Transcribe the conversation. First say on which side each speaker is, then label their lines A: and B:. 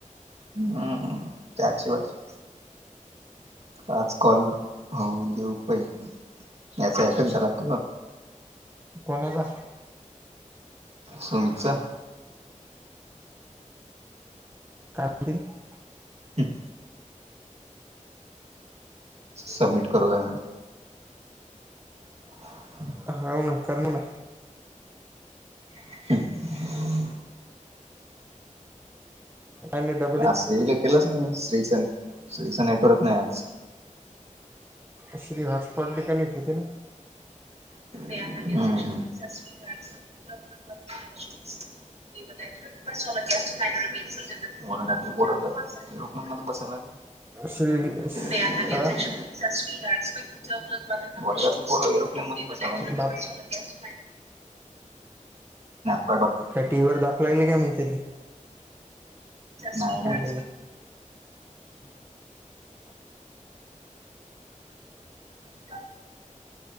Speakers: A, on the right; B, on the right.
A: हम्म चारशे पाचशे पाच कॉल होऊ दे पाहिले याचा एकच झाला कॉल
B: कोणाचा.
A: सुमितचं
B: काय म्हणत <inaudible>
A: क <inaudible> समिट करू का. <inaudible>
B: हावन कर ना
A: हम्म,
B: आणि डब
A: आज स्त्रीला केलंच नाही स्त्रीचं स्त्रीचं नेटवर्क नाही आज.
B: श्री हॉट पॉट मेकॅनिकल होती ना.
A: हा. ला घ पोर रुना बसायला
B: श्री
A: <unintelligible> बवीज
B: अ
A: श <inaudible> वर्गातले बर एरोप्लेन मध्ये बसलंयत
B: बाप
A: <inaudible>
B: का टी व्ही व दाखव येईना म्हनं तेले
A: नाव नाय
B: काय ते
A: <inaudible>